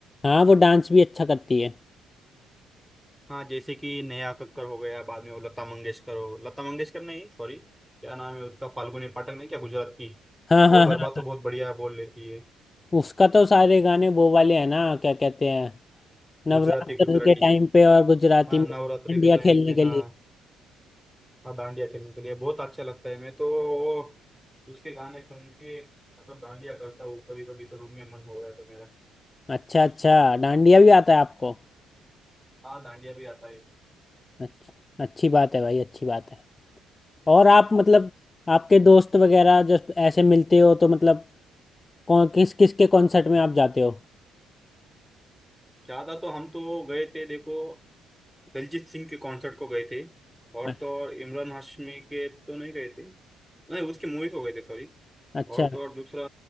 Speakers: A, on the left; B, in the centre.
A: हाँ वो डांस भी अच्छा करती है
B: हाँ जैसे कि नेहा कक्कर हो गया बाद में वो लता मंगेशकर हो लता मंगेशकर नहीं सॉरी क्या नाम है उसका फाल्गुनी पाठक नहीं क्या गुजरात की
A: हाँ हाँ
B: वो गरबा
A: हाँ
B: तो बहुत बढ़िया बोल लेती है
A: उसका तो सारे गाने वो वाले हैं ना क्या कहते हैं नवरात्र
B: गुजराती गुजराती
A: के टाइम पे और गुजराती
B: हाँ
A: में
B: नवरात्रि
A: डांडिया
B: के टाइम
A: खेलने
B: पे
A: के
B: हाँ
A: लिए
B: हाँ डांडिया खेलने के लिए बहुत अच्छा लगता है मैं तो वो उसके गाने सुन के मतलब डांडिया करता हूँ कभी कभी तो रूम में मन हो रहा है तो मेरा
A: अच्छा अच्छा डांडिया भी आता है आपको
B: हाँ डांडिया भी आता है
A: अच्छा अच्छी बात है भाई अच्छी बात है और आप मतलब आपके दोस्त वगैरह जब ऐसे मिलते हो तो मतलब कौन किस किस के कॉन्सर्ट में आप जाते हो
B: ज्यादा तो हम तो गए थे देखो दिलजीत सिंह के कॉन्सर्ट को गए थे और
A: अ-
B: तो और इमरान हाशमी के तो नहीं गए थे नहीं उसकी मूवी को गए थे सॉरी
A: अच्छा
B: और तो और दूसरा